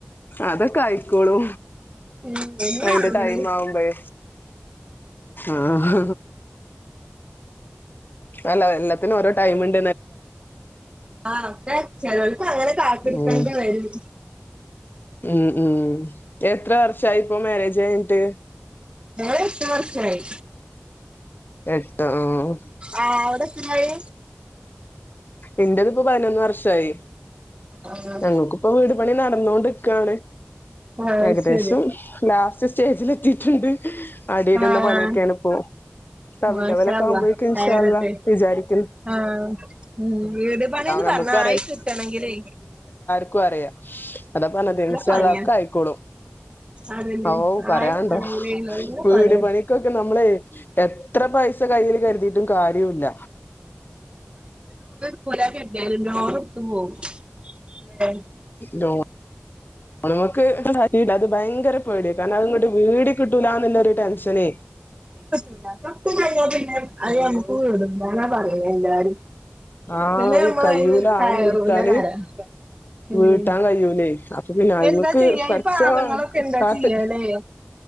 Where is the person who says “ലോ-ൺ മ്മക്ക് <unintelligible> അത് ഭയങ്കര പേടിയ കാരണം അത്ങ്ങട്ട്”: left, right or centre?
Left